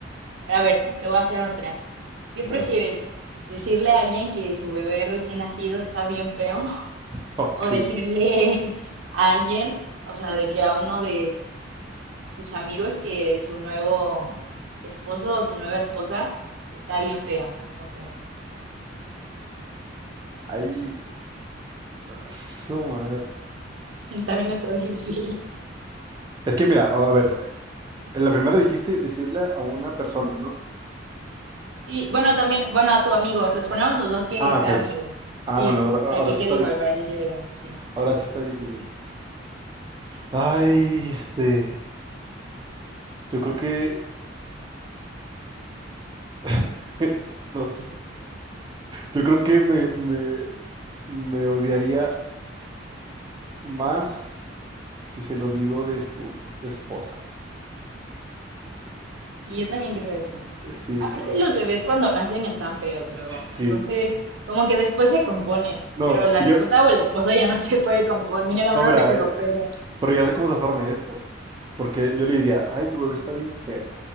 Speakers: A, on the right; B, on the right.
A: a ver, te voy a hacer otra. ¿Qué prefieres?
B: a ver,
A: ¿Decirle a alguien que su bebé recién nacido está bien feo?
B: <laughs> ok,
A: ¿O decirle <laughs> a alguien, o sea, de que a uno de tus amigos que su nuevo esposo o su nueva esposa está bien fea o feo?
B: ahí, su madre.
A: <laughs> También está difícil.
B: Es que mira, a ver, en la primera dijiste decirle a una persona, ¿no?
A: Y bueno, también, bueno, a tu amigo, los ponemos los dos que
B: Ah,
A: sea
B: ok.
A: amigo.
B: Ah,
A: Sí,
B: bueno, ahora, ahora
A: para que
B: sí
A: quede
B: está
A: igual,
B: difícil.
A: para que quede igual, sí.
B: Ahora sí está difícil. Ay, este, yo creo que <laughs> No sé. Yo creo que me, me, me odiaría más si se lo digo de su esposa.
A: Y yo también creo eso.
B: Sí,
A: Aparte,
B: o
A: los
B: sea,
A: bebés cuando nacen están feos luego.
B: sí, sí.
A: Entonces, como que después se componen,
B: No,
A: pero la
B: y
A: esposa
B: yo,
A: o el esposo ya no se puede componer a
B: no,
A: menos
B: mira,
A: de que lo
B: eh,
A: operen.
B: pero ya sé cómo zafarme de esto. Porque yo le diría, ay, tu bebé está bien feo.